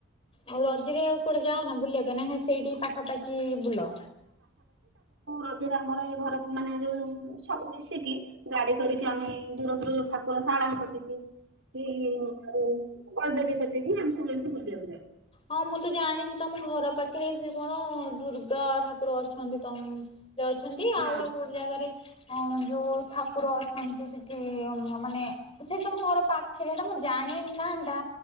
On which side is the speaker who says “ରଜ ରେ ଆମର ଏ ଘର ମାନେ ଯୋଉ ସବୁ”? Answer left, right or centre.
Right